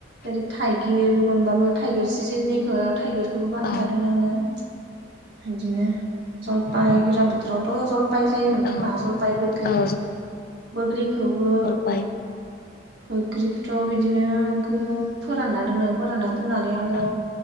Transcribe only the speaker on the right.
जेरै थाइगिर मोनबाबो थाइगिर सिजोननिखौ थाइगिरखौबो बानायना
दोनो आङो। बिदिनो जलपाइ
गोजां बोथोराव। अ' जलपाय जायोमोन खोमा
जलपाय बैग्रि
बैग्रिखौबो
बैग्रिखौथ' बिदिनो गो फोरानना दोनो फोरानना दोननानै आङो